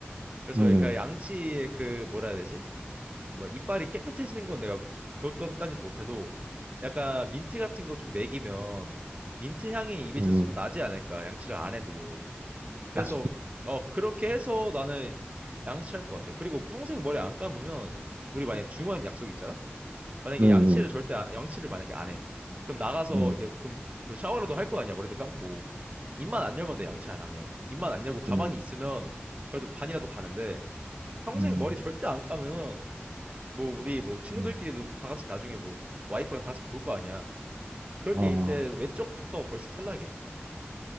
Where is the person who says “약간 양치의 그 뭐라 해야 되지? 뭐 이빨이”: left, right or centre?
Right